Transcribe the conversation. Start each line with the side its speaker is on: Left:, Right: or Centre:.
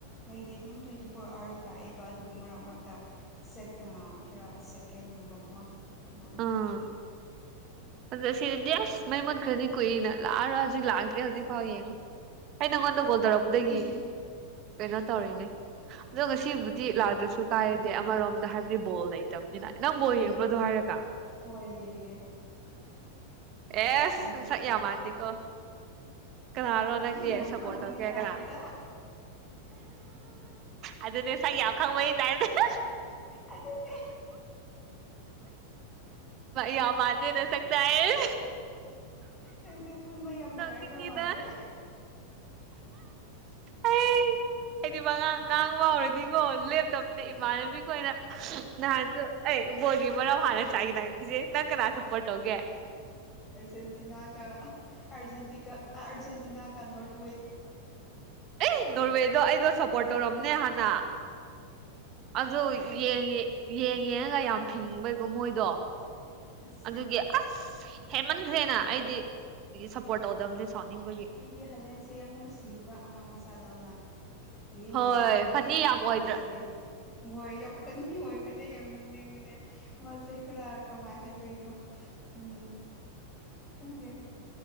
Left: ꯃꯩꯗꯤ ꯑꯗꯨꯝ ꯇ꯭ꯋꯦꯟꯇꯤ ꯐꯣꯔ ꯑꯥꯋꯔꯁ ꯂꯥꯛꯑꯦꯕ ꯑꯗꯨꯕꯨ ꯃꯔꯛ ꯃꯔꯛꯇ ꯁꯦꯛ ꯑ ꯈꯔ ꯁꯦꯀꯦꯟꯒꯨꯝꯕ ꯀꯣ ꯃꯣꯠꯂꯦ
Right: ꯑ ꯑꯗꯨ ꯁꯤꯗꯗꯤ ꯑꯁ ꯃꯩ ꯃꯨꯠꯈ꯭ꯔꯗꯤ ꯀꯨꯏꯅ ꯂꯥꯛꯑꯔꯣꯏ ꯍꯧꯖꯤꯛ ꯂꯥꯛꯇ꯭ꯔꯤ ꯍꯧꯖꯤꯛ ꯐꯥꯎ ꯌꯦꯡꯉꯣ ꯑꯩ ꯅꯉꯣꯟꯗ ꯀꯣꯜ ꯇꯧꯔꯛꯄꯗꯒꯤ
Left: ꯑꯗꯨꯗꯤ
Right: ꯀꯩꯅꯣ ꯇꯧꯔꯤꯅꯦ ꯑꯗꯣ ꯉꯁꯤꯕꯨꯗꯤ
Left: ꯎꯝ
Right: ꯂꯥꯛꯇ꯭ꯔꯁꯨ ꯀꯥꯏꯗꯦ ꯑꯃꯔꯣꯝꯗ ꯍꯥꯏꯕꯗꯤ ꯕꯣꯜ ꯂꯩꯇꯕꯅꯤꯅ ꯅꯪ ꯕꯣꯜ ꯌꯦꯡꯕ꯭ꯔꯣ ꯑꯗꯨ ꯍꯥꯏꯔꯒ
Left: ꯍꯣꯢ ꯌꯦꯡꯉꯦ
Right: ꯑꯦꯁ
Left: ꯑꯩꯗꯤ
Right: ꯁꯛ ꯌꯥꯝ ꯃꯥꯟꯗꯦꯀꯣ ꯀꯅꯥꯅꯣ ꯅꯪꯗꯤ
Left: ꯌꯥꯝ
Right: ꯁꯞꯄꯣꯔꯠ
Left: ꯈꯪꯕꯒꯤ
Right: ꯇꯧꯒꯦ
Left: ꯇꯥꯏꯞꯇ
Right: ꯀꯅꯥ ꯑꯗꯨꯅꯦ ꯁꯛ ꯌꯥꯝ ꯈꯪꯕꯩ ꯇꯥꯢꯞꯇ ꯍꯥ
Left: ꯑꯗꯨꯅꯦ
Right: ꯌꯥꯝ ꯃꯥꯟꯗꯦ ꯅꯁꯛꯇ ꯍꯥꯢꯌꯦ
Left: ꯅꯪꯁꯦ ꯄꯨꯟꯕ ꯌꯥꯝ ꯅꯨꯡꯉꯥꯏꯗꯧ
Right: ꯅꯣꯛꯅꯤꯡꯉꯤꯗ
Left: ꯃꯥꯜꯂꯦ
Right: ꯑꯩ ꯑꯩꯗꯤ ꯃꯉꯥꯡ ꯉꯥꯡꯕꯥꯍꯧꯔꯗꯤꯀꯣ ꯂꯦꯞꯇꯕꯅꯦ ꯏꯃꯥꯟꯅꯕꯤꯈꯣꯏꯅ ꯅꯍꯥꯟꯁꯨ ꯑꯩ ꯕꯣꯜꯒꯤ ꯃꯔꯝ ꯍꯥꯟꯅ ꯆꯥꯢꯅꯈꯤꯖꯦ ꯅꯪ ꯀꯅꯥ ꯁꯞꯄꯣꯔꯠ ꯇꯧꯒꯦ
Left: ꯑꯥꯔꯖꯦꯟꯇꯤ ꯅꯥ ꯒ ꯑꯔꯖꯦꯟꯇꯤꯀ ꯑꯔꯖꯦꯟꯇꯤꯅꯥꯒ ꯅꯣꯔꯠ ꯋꯦ
Right: ꯑꯦ ꯅꯣꯔꯋꯦꯗꯣ ꯑꯩꯗꯣ ꯁꯞꯄꯣꯔꯠ ꯇꯧꯔꯝꯅꯦ ꯍꯥꯟꯅ
Left: <unintelligible>
Right: ꯑꯗꯨ ꯌꯦꯡ ꯌꯦꯡꯉꯒ ꯌꯥꯝ ꯐꯤꯡꯕꯩꯀꯣ ꯃꯣꯏꯗꯣ
Left: ꯑꯁ
Right: ꯑꯗꯨꯒꯤ ꯑꯁ ꯍꯦꯃꯟꯈ꯭ꯔꯦꯅ ꯑꯩꯗꯤ ꯁꯞꯄꯣꯔꯠ ꯇꯧꯗꯕꯅꯦ ꯁꯥꯎꯅꯤꯡꯕꯒꯤ
Left: ꯑꯩꯗꯤ ꯍꯂꯦꯟꯁꯦ ꯌꯥꯝ ꯅꯨꯡꯁꯤꯌꯦꯕ ꯑꯉꯥꯡ ꯃꯆꯥꯗꯧꯅ ꯌꯦꯡ
Right: ꯍꯣꯏ
Left: ꯌꯦꯡꯒ ꯍꯦꯟ
Right: ꯐꯅꯤ
Left: ꯍꯦꯟꯅ
Right: ꯌꯥꯝ ꯑꯣꯏꯗ꯭ꯔꯥ
Left: ꯅꯨꯡꯁꯤꯌꯦ ꯍꯣꯏ ꯌꯥꯝ ꯐꯅꯤ ꯑꯣꯏꯕꯅꯦ ꯌꯥꯝ ꯅꯣꯛꯅꯤꯡꯕꯅꯦ ꯃꯥꯁꯦ ꯈꯔ ꯀꯃꯥꯏ ꯍꯥꯏꯗꯣꯏꯅꯣ ꯎꯝ ꯈꯪꯗꯦ